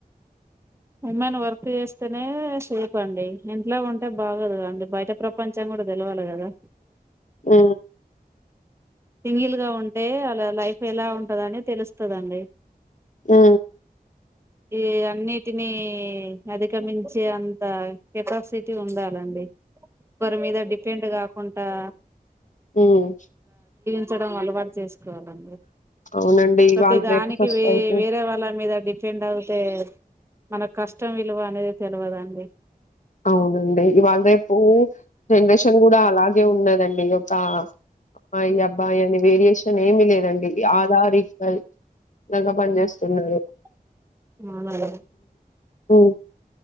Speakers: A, on the right (about 15°); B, on the left (about 50°).
A: ఉమెన్ వర్క్ చేస్తేనే సేప్ అండి ఇంట్లో ఉంటే బాగొదుగదండి బయట ప్రపంచం కూడా తెలవాలి కదా
B: ఆ
A: సింగిల్ గా ఉంటే అలా లైఫ్ ఎలా ఉంటదని తెలుస్తదండి
B: ఆ
A: ఈ అన్నిటిని అధిగమించి అంత కెపాసిటీ ఉండాలండి ఒకరి మీద డిపెండ్ కాకుండ్ ఆ
B: ఉమ్
A: ట్టడం అలవాటు చేసుకోవాలండి
B: అవునండి.
A: ప్రతి
B: ఇవాళ
A: దానికి
B: రేపు సొసైటీ
A: వే వేరే వాళ్ళ మీద డిప్ తెండ్ అవుతే మన కష్టం విలువ అనేది తెలవదండి
B: అవునండి ఇవాళ రేపు జనరేషన్ కూడా అలా ఉన్నదండి ఒక అమ్మాయి అబ్బాయి అని వేరియేషన్ ఏమి లేదండి, అల్ ఆర్ ఈక్వల్ లాగా పనిచేస్తున్నారు.
A: <inaudible>
B: హ్మ్